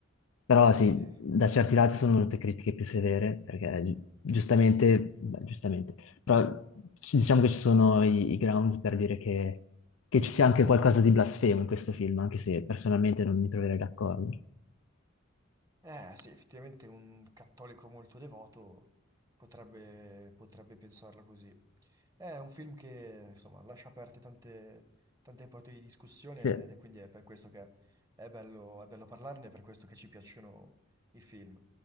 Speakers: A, on the left; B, on the right.
A: Però
B: Sì.
A: sì, da certi lati sono venute critiche più severe, perché gi- giustamente, beh, giustamente, però ci- diciamo che ci sono i, i grounds per dire che, che ci sia anche qualcosa di blasfemo in questo film, anche se personalmente non mi troverei d'accordo.
B: Eh, sì, effettivamente un cattolico molto devoto potrebbe, potrebbe pensarla così. È un film che, insomma, lascia aperte tante, tante porte di discussione
A: Sì,
B: ed è quindi è per questo che è bello, è bello parlarne, è per questo che ci piacciono i film.